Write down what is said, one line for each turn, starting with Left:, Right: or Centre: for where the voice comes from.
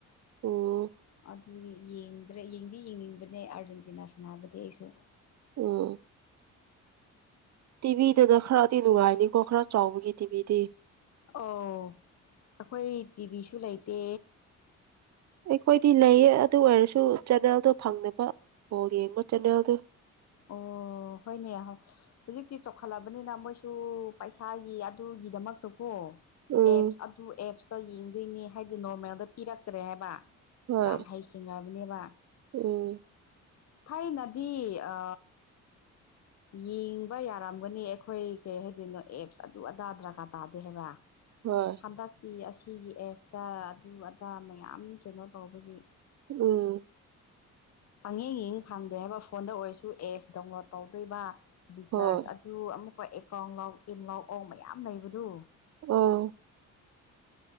Right: ꯑꯣ
Left: ꯑꯗꯨꯒꯤ ꯌꯦꯡꯗ꯭ꯔꯦ ꯌꯦꯡꯗꯤ ꯌꯦꯡꯅꯤꯡꯕꯅꯦ ꯑꯥꯔꯖꯦꯟꯇꯤꯅꯥ ꯁꯅꯥꯕꯗꫭ ꯑꯩꯁꯨ
Right: ꯑꯣ ꯇꯤꯚꯤꯗꯨꯅ ꯈꯔꯗꯤ ꯅꯨꯡꯉꯥꯏꯅꯤꯀꯣ ꯈꯔ ꯆꯥꯎꯕꯒꯤ ꯇꯤꯚꯤꯗꯤ
Left: ꯑꫭ ꯑꯩꯈꯣꯏ ꯇꯤꯚꯤꯁꯨ ꯂꯩꯇꯦ
Right: ꯑꯩꯈꯣꯏꯗꯤ ꯂꯩꯌꯦ ꯑꯗꯨ ꯑꯣꯏꯔꯁꯨ ꯆꯦꯟꯅꯜꯗꯣ ꯐꯪꯗꯕ ꯕꯣꯜ ꯌꯦꯡꯕꯩ ꯆꯦꯅꯦꯜꯗꯨ
Left: ꯑꯣ ꯍꯣꯏꯅꯦ ꯍꯧꯖꯤꯛꯇꯤ ꯆꯥꯎꯈꯠꯂꯕꯅꯤꯅ ꯃꯣꯏꯁꯨ ꯄꯩꯁꯥꯒꯤ ꯑꯗꯨꯒꯤꯗꯃꯛꯇ ꯀꯣ
Right: ꯎꯝ
Left: ꯑꯦꯞꯁ ꯑꯗꯨ ꯑꯦꯞꯁ ꯌꯦꯡꯗꯣꯏꯅꯦ ꯍꯥꯏꯗꯤ ꯅꯣꯔꯃꯦꯜꯗꯣ ꯄꯤꯔꯛꯇ꯭ꯔꯦ ꯍꯥꯏꯕ
Right: ꯍꯣꯏ
Left: ꯌꯥꯝ ꯍꯩꯁꯤꯡꯉꯕꯅꯦꯕ
Right: ꯎꯝ
Left: ꯊꯥꯏꯅꯗꯤ ꯑ ꯌꯦꯡꯕ ꯌꯥꯔꯝꯒꯅꯤ ꯑꯩꯈꯣꯏ ꯀꯩ ꯍꯥꯏꯗꯣꯏꯅꯣ ꯑꯦꯞꯁ ꯑꯗꯨ ꯑꯗꯥ ꯗꯔꯀꯥꯔ ꯇꯥꯗꯦ ꯍꯥꯏꯕ
Right: ꯍꯣꯏ
Left: ꯍꯟꯗꯛꯇꯤ ꯑꯁꯤꯒꯤ ꯑꯦꯞꯇ ꯑꯗꯨ ꯑꯗꯥ ꯃꯌꯥꯝ ꯀꯩꯅꯣ ꯇꯧꯕꯒꯤ
Right: ꯎꯝ
Left: ꯄꯪꯌꯦꯡ ꯌꯦꯡ ꯐꯪꯗꯦ ꯍꯥꯏꯕ ꯐꯣꯟꯗ ꯑꯣꯏꯔꯁꯨ ꯑꯦꯞ ꯗꯥꯎꯟꯂꯣꯠ ꯇꯧꯗꯣꯏꯕ ꯔꯤꯆꯥꯔꯖ
Right: ꯍꯣꯏ
Left: ꯑꯗꯨ ꯑꯃꯨꯛꯀ ꯑꯦꯀꯥꯎꯟ ꯂꯥꯎ ꯏꯟ ꯂꯥꯎ ꯑꯥꯎ ꯃꯌꯥꯝ ꯂꯩꯕꯗꯨ
Right: ꯑꯧ